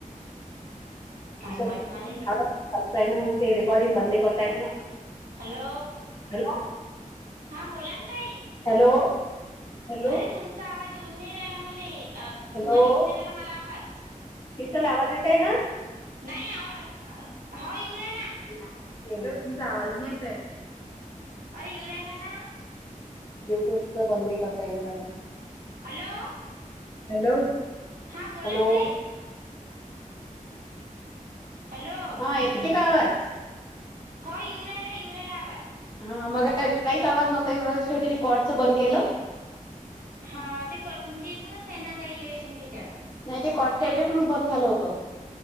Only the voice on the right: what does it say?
काय हो आता मला
हॅलो
हा बोला ना तई
अरे तुमचा आवाज येऊन नाही राहियला मला
तुम्हाला येऊन नाही राहियला मला आवाज
नाही आ हो येऊ राहिला.
अरे ईऊ राहिला ना.
हॅलो!
हां बोला
ना ताई हॅलो
हो ईऊ राहिला ईऊ राहिला आवाज
हा ते कर तुमची इकूनच काही ना काही अशन तिच्या